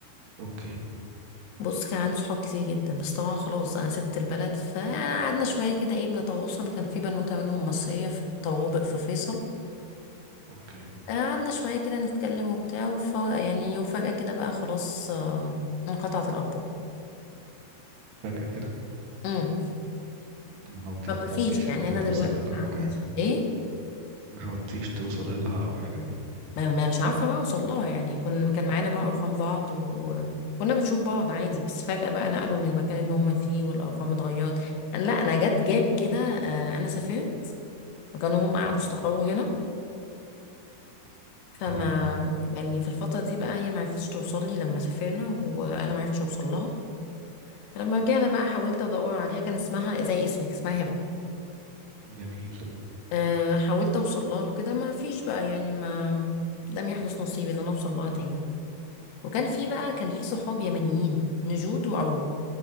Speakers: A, on the right; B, on the left.
A: اوكي
B: بص كان عندي صحاب كتير جدا بس طبعا خلاص انا سبت البلد فقعدنا شويه كده ايه بنتواصل كان في بنوته منهم مصريه في الطوابق في فيصل
A: اوكي
B: قعدنا شويه كده نتكلم وبتاع وف... يعني وفجاه كده بقى خلاص آه، انقطعت الاخبار
A: فجأة كده
B: امم
A: ما حاولتي
B: فما
A: ما حاولتيش
B: فيش يعني
A: ان انت
B: انا
A: توصلي
B: دلوقتي
A: لها
B: ما عنديش
A: او حاجه
B: ايه
A: ما حاولتيش توصلي لها او حاجه
B: ما ما مش عارفه بقى اوصل لها يعني كنا كان معانا بقى ارقام بعض وكنا بنشوف بعض عادي بس فجاه بقى نقلوا من المكان اللي هم فيه والارقام اتغيرت أنا- لا انا جت جاب كده آه، انا سافرت فكانوا هم
A: اه
B: قعدوا استقروا هنا فما
A: تمام
B: يعني في الفترة دي بقى هي معرفتش توصل لي لما سافرنا وانا معرفتش اوصل لها فلما رجعنا بقى حاولت ادور عليها كان اسمها زي اسمك اسمها هبة
A: جميل
B: أه حاولت اوصل لها وكده ما فيش بقى يعني ما لم يحدث نصيب ان انا اوصل لها تاني وكان في بقى كان في صحاب يمنيين نجود وعروة